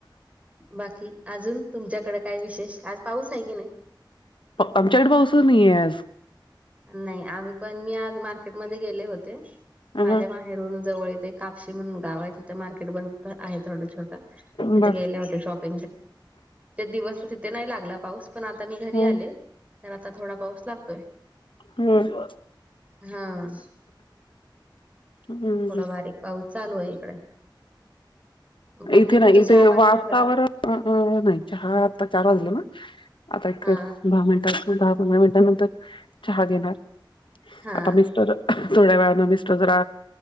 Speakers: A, on the right; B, on the left.
A: बाकी अजुन तुमच्याकडे काय विशेष आज पाऊस आहे की नाही
B: आमच्याकडे पाऊस च नाही ‌आज
A: नाही आम्ही पण मी आज मार्केटमध्ये गेले होते
B: अ
A: माझ्या माहेरून जवळ ते कापशी म्हणुन गाव आहे तिथे मार्केट बनत आहे थोड छोट तिथे
B: बर.
A: गेले होते शॉप ते दिवस तिथे नाही लागला पाऊस पण आता मी घरी
B: हं
A: आले तर आता थोडा पाऊस लागतोय
B: हम
A: हां
B: हं
A: थोडा बारीक पाऊस चालु आहे इकडे बाकी
B: इथे नाही
A: तुमच
B: इथे
A: चहा पाणी
B: वातावरण
A: झाल का
B: नाही चहा आता चार वाजला ना आता एक
A: हा
B: दहा पंधरा मिनट त्यानंतर चहा घेणार
A: हा
B: आता मिस्टर थोड्या वेळा न मिस्टर जरा